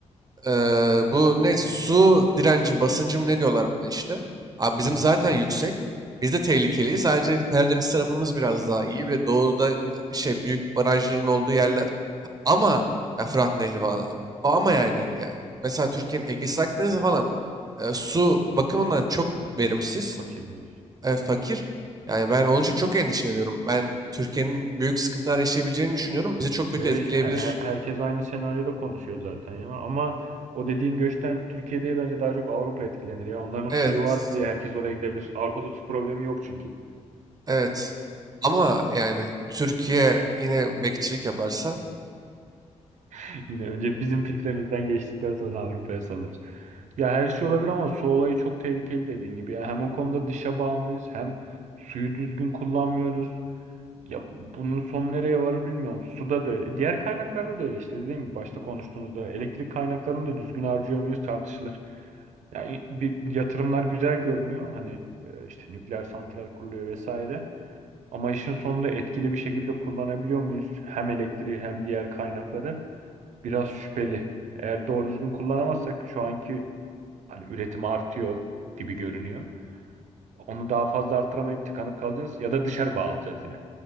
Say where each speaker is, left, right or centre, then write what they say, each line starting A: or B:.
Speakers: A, on the right; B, on the right.
A: Eee, bu ne su direnci basıncı mı ne diyorlar buna işte. Abi bizim
B: Hı hı.
A: zaten yüksek. Biz de tehlikeliyiz. Sadece Karadeniz tarafımız biraz daha iyi ve doğuda şey büyük barajların olduğu yerler. Ama ya Fırat Nehri falan. Ama yani ya, mesela Türkiye'nin Ege'si Akdeniz'i falan e, su bakımından çok verimsiz,
B: Fakir diyorsun.
A: e, fakir. Yani ben onun için çok endişeleniyorum. Ben Türkiye'nin büyük sıkıntılar yaşayabileceğini düşünüyorum. Bizi çok
B: Yo,
A: kötü etkileyebilir.
B: he- he- herkes aynı senaryoda konuşuyor zaten ya. Ama o dediğin göçten Türkiye'de bence daha çok Avrupa etkilenir ya. Onların
A: Evet.
B: suyu var diye herkes oraya gidebilir. Avrupa'da su problemi yok çünkü.
A: Evet. Ama yani Türkiye yine bekçilik yaparsa
B: <laughs> Yine önce bizim filtremizden geçtikten sonra Avrupa'ya salarız. Ya her şey olabilir ama su olayı çok tehlikeli dediğin gibi. Ya hem o konuda dışa bağımlıyız hem suyu düzgün kullanmıyoruz. Ya bunun son nereye varır bilmiyorum. Suda da öyle. Diğer kaynaklarda da öyle işte dediğim gibi başta konuştuğumuzda elektrik kaynaklarını da düzgün harcıyor muyuz tartışılır. Yani bir yatırımlar güzel görünüyor. Hani e, işte nükleer santral kuruluyor vesaire. Ama işin sonunda etkili bir şekilde kullanabiliyor muyuz? Hem elektriği hem diğer kaynakları biraz şüpheli. Eğer doğru düzgün kullanamazsak şu anki hani üretim artıyor gibi görünüyor. Onu daha fazla arttıramayıp tıkanıp kalacağız ya da dışarı bağlayacağız yine.